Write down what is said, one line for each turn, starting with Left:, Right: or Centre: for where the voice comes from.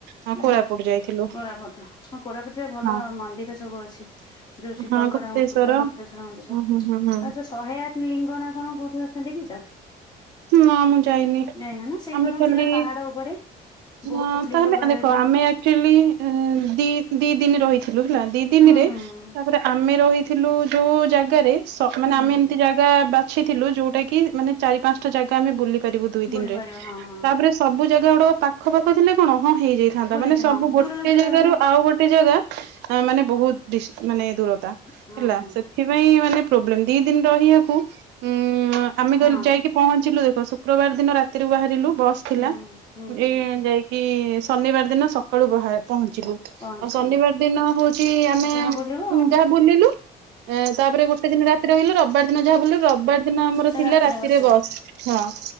Right: ହଁ
Left: ଉ
Right: କୋରାପୁଟ
Left: ହୁଁ
Right: ଯାଇଥିଲୁ
Left: କୋରାପୁଟ ହଁ କୋରାପୁଟରେ ଭଲ
Right: ହଁ
Left: ମନ୍ଦିର ସବୁ ଅଛି, ଯୋଉ ଶିବଙ୍କର
Right: ହଁ ଗୁପ୍ତେଶ୍ଵର।
Left: ମନ୍ଦିର ଗୁପ୍ତେଶ୍ଵର ମନ୍ଦିର
Right: ହୁଁ
Left: ଆଉ
Right: ହୁଁ ହୁଁ ହୁଁ
Left: ଯୋଉ ଶହେ ଆଠ ଲିଙ୍ଗନା କଣ କୋଉଠି ଅଛନ୍ତି ଦେଖିଛ?
Right: ନା ମୁଁ ଯାଇନି,
Left: ଯାଇନ ନା ସେଇଠି
Right: ଆମେ
Left: ବା କଣ
Right: ଖାଲି
Left: ଥିଲା ପାହାଡ ଉପରେ ବହୁତ
Right: ହଁ
Left: ଲିଙ୍ଗ
Right: ତାହେଲେ
Left: କାଳେ
Right: ଦେଖ,
Left: ଅଛି
Right: ଆମେ ଆଚୁଆଲି ଦି ଦି ଦିନ ରହି ହେଲା ଦି ଦିନରେ
Left: ହୁଁ ହୁଁ
Right: ତାପରେ ଆମେ ରହିଥିଲୁ ଯୋଉ ଜାଗାରେ ମାନେ
Left: ହୁଁ
Right: ଆମେ
Left: ହୁଁ
Right: ଏମିତି ଜାଗା ବାଛିଥିଲୁ, ଯୋଉଟା କି- ମାନେ ଚାରି ପାଞ୍ଚଟା ଜାଗା ଆମେ ବୁଲି ପାରିବୁ ଦୁଇ ଦିନରେ,
Left: ବୁଲି ପାରିବ ହଁ ହଁ
Right: ତାପରେ ସବୁ ଜାଗା ଗୁଡାକ ପାଖ ପାଖ ଥିଲେ କଣ? ହଁ ହେଇଯାଇଥାନ୍ତା,
Left: ବୁଲିଛ
Right: ମାନେ ସବୁ
Left: ହଁ
Right: ଗୋଟେ
Left: ଦୂରରେ ଧର
Right: ଜାଗାରୁ
Left: ହେଲେ
Right: ଆଉ ଗୋଟେ ଜାଗା ମାନେ ବହୁତ ଡିସ ମାନେ- ଦ
Left: ହଁ
Right: ହେଲା
Left: ହଁ
Right: ସେଥିପାଇଁ ମାନେ ପ୍ରବ୍ଲେମ ଦି ଦିନ ରହିବାକୁ ଉ ମା ଆମେ
Left: ହଁ
Right: କହିଲୁ ଯାଇକି ପହଞ୍ଚିଲୁ ଦେଖ ଶୁକ୍ରବାର ଦିନ ରାତିରୁୁ ବାହାରିଲୁ ବସ୍ ଥିଲା,
Left: ହୁଁ ହୁଁ
Right: ଏନେ ଯାଇକି କି ଇ ଶନିବାର ଦିନ ସକାଳୁ ବାହାରେ ପହଞ୍ଚିବୁ,
Left: ପହଞ୍ଚିଲ
Right: ଆଉ ଶନିବାର ଦିନ ହଉଛି ଆମେ
Left: ଯାହା ବୁଲିବ ଆଉ
Right: ଯାହା ବୁଲିଲୁ ତାପରେ ଗୋଟେ ଦିନ ରାତି ରହିଲୁ ରବିବାର ଦିନ ଯାହା ବୁଲିଲୁ, ରବିବାର ଦିନ ଆମର
Left: ସେ
Right: ଥିଲା ରାତିରେ
Left: ବସିବ
Right: ବସ ହଁ,